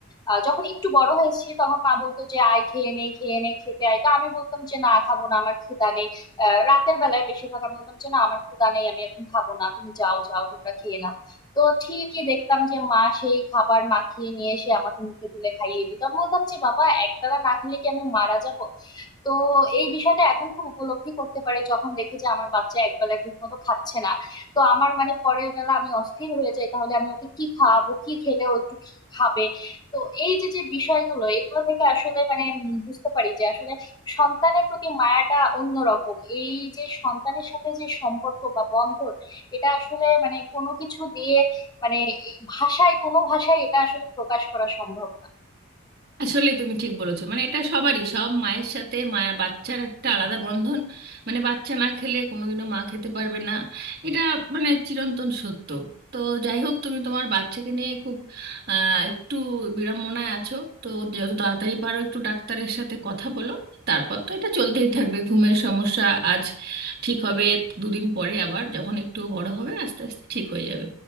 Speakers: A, on the left (about 20°); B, on the right (about 45°).
A: আ, যখন একটু বড় হয়েছি তখন মা বলতো যে আয় খেয়ে নে খেয়ে নে খেতে আয় তো আমি বলতাম যে না খাবো না আমার ক্ষুধা নেই আ, রাতের বেলায় বেশিরভাগ আমি বলতাম যে না আমার ক্ষুধা নেই আমি এখন খাবো না তুমি যাও যাও তোমরা খেয়ে নাও তো ঠিকই দেখতাম যে মা সেই খাবার মাখিয়ে নিয়ে এসে আমাকে মুখে তুলে খাইয়ে দিত আমি বলতাম যে বাবা একবেলা না খেলে কি আমি মারা যাব তো এই বিষয়টা এখন খুব উপলব্ধি করতে পারি যখন দেখি যে আমার বাচ্চা একবেলা ঠিক মতো খাচ্ছে না তো আমার মানে পরের বেলা আমি অস্থির হয়ে যাই তাহলে আমি ওকে কি খাওয়াবো কি খেলে ও একটু খি- খাবে তো এই যে যে বিষয়গুলো এগুলো থেকে আসলে মানে উম বুঝতে পারি যে আসলে সন্তানের প্রতি মায়াটা অন্যরকম এই যে সন্তানের সাথে যে সম্পর্ক বা বন্ধন এটা আসলে মানে কোনো কিছু দিয়ে মানে ভাষায় কোনো ভাষায় এটা আসলে প্রকাশ করা সম্ভব না
B: আসলে তুমি ঠিক বলেছো মানে এটা সবারই সব মায়ের সাথে মায়া বাচ্চার একটা আলাদা বন্ধন মানে বাচ্চা না খেলে কোনোদিনও মা খেতে পারবে না এটা মানে চিরন্তন সত্য তো যাই হোক তুমি তোমার বাচ্চাকে নিয়ে খুব আহ, একটু বিড়ম্বনায় আছো তো যত তাড়াতাড়ি পারো একটু ডাক্তারের সাথে কথা বলো তারপর তো এটা চলতেই থাকবে ঘুমের সমস্যা আজ ঠিক হবে দুদিন পরে আবার যখন একটু বড় হবে আস্তে আস্তে ঠিক হয়ে যাবে